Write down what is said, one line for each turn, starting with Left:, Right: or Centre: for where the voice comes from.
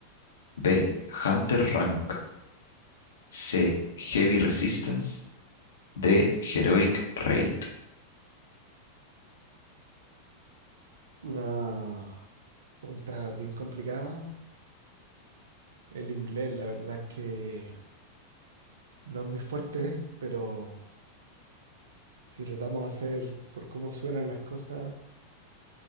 Left: B. Hunter Rank. C. Heavy Resistance. D. Heroic Raid.
Right: Una pregunta bien complicada. El inglés, la verdad es que no es muy fuerte, pero si tratamos de hacer por cómo suenan las cosas,